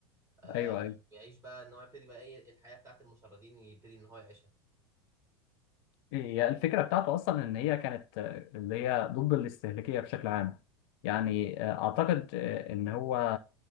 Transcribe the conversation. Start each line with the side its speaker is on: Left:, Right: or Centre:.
Right: آه
Left: ايوه ايوه
Right: ويعيش بقى ان هو يبتدي بقى ايه الحياه بتاعت المشردين يبتدي ان هو يعيشها
Left: هي الفكره بتاعته اصلا ان هي كانت آه، اللي هي ضد الاستهلاكيه بشكل عام يعني آه، اعتقد آه، ان هو